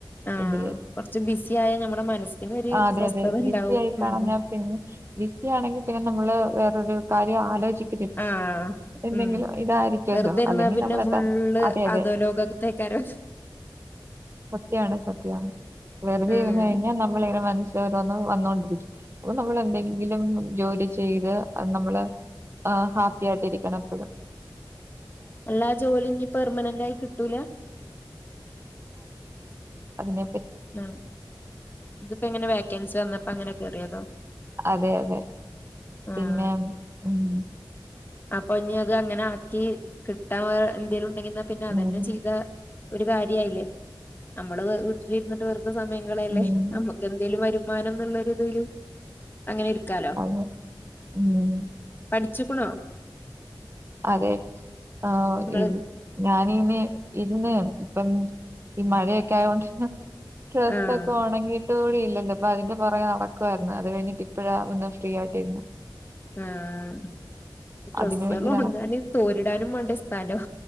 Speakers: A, on the left (about 25°); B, on the right (about 30°).
A: ആഹ്
B: ഇതില്
A: കൊറച്ച് ബിസി ആായ ഞമ്മടെ മനസ്സിനൊരു
B: ആഹ് അതെ
A: സ്വസ്ഥത
B: അതെ
A: ഉണ്ടാവും
B: ബിസി ആയി കളഞ്ഞാ
A: ഉമ് മ് മ്
B: പിന്നെ വിസിയാണെങ്കിൽ പിന്നെ നമ്മള് വേരൊരു കാര്യം ആലോചി-
A: ആഹ്
B: എന്തെങ്കിലും
A: ഉം
B: ഇതായിരിക്കുമല്ലോ
A: വെറുതെ ഇരുന്നാ
B: അല്ലെങ്കിൽ
A: പിന്നെ
B: നമ്മള
A: ഫുള്ള്
B: അതെ അതെ
A: അധോലോകത്തേക്കാരം
B: സത്യാണ് സത്യാണ് വെറുതെ
A: ഉം
B: ഇന്ന് കഴിഞ്ഞാൽ നമ്മളിങ്ങനെ മനസ് ഓരോന്ന് വന്നോണ്ടിരിക്കും അപ്പൊ നമ്മളെന്തെങ്കിലും ജോലി ചെയ്ത് നമ്മള് ആഹ് ഹാപ്പി ആയിട്ടിരിക്കണം എപ്പോഴും
A: ഉള്ള ജോലി ഇനി പെർമനന്റ് ആയി കിട്ടൂല
B: അതിനെ
A: ഹ ഇതിപ്പോ എങ്ങനെ വേക്കൻസി വന്നപ്പോ അങ്ങനെ കയറിയതാ
B: അതെ അതെ
A: ആഹ്
B: പിന്നെ ഉമ്
A: അപ്പൊ ഇനി അത് അങ്ങനെ ആക്കി കിട്ടാൻ എന്തെങ്കലും <unintelligible> പിന്നെ അതന്നെ
B: ഉം
A: ചെയ്ത ഒരു കാര്യയില്ലെ നമ്മള് വീട്ടിലിരുന്നിട്ട് വെറു- ഇപ്പോ സമയങ്ങളല്ലേ
B: ഉം
A: നമ്മുക്കെന്തേലും വരു- മാനന്നൊള്ള രീതില് അങ്ങനെ ഇരിക്കാലോ
B: അതെ ഉം
A: പഠി- ചിക്കുണോ <unintelligible>
B: അതെ ആഹ
A: നിങ്ങള്
B: ഇ ഞാനെനി ഇരുന്ന് ഇപ്പം ഈ മഴയൊക്കെ ആയൊണ്ട് ഡ്രസ്സ്
A: ആഹ്
B: ഒക്കെ ഒണങ്ങിയിട്ട്കൂടി ഇല്ലല്ല അപ്പ അതിന്റെ പുറകേ നടക്കുമായിരുന്നു അത് കഴിഞ്ഞിട്ട് ഇപ്പഴാ ഒന്ന് ഫ്രീ ആയിട്ടിരുന്ന
A: ആഹ ഡ്രസ്സ്
B: അതിന് വേണ്ടി
A: അയിന്
B: നടക്കാം
A: തോരിടാനും വേണ്ട ഇ സ്ഥലം